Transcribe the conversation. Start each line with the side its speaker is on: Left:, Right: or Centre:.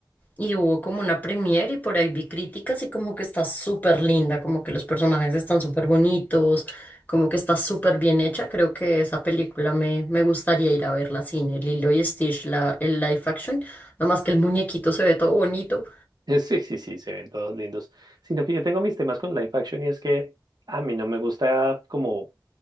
Left: y hubo como una premiere y por ahí vi críticas y como que está súper linda, como que los personajes están súper bonitos, como que está súper bien hecha. Creo que esa película me, me gustaría ir a verla al cine, Lilo y Stitch, la, el live action, nada más que el muñequito se ve todo bonito.
Right: Sí, sí, sí, se ven todos lindos. Sino que yo tengo mis temas con live action y es que a mí no me gusta como,